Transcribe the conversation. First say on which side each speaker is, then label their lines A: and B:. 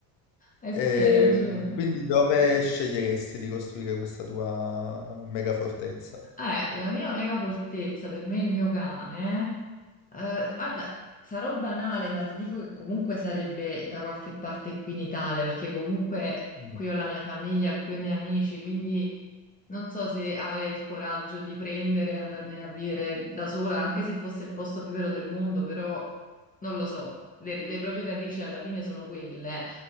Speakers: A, on the left (about 20°); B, on the left (about 65°).
A: Eh sì,
B: Ehm,
A: hai ragione.
B: quindi dove sceglieresti di costruire questa tua mega fortezza?
A: Eh, la mia mega fortezza per me è il mio cane. Eh, guarda, sarò banale, ma ti dico che comunque sarebbe da qualche parte qui in Italia, perché comunque
B: Mm.
A: qui ho la mia famiglia, qui ho i miei amici, quindi non so se avrei il coraggio di prendere e andarmene a vivere da sola, anche se fosse il posto più vero del mondo, però non lo so. Le, le proprie radici alla fine sono quelle.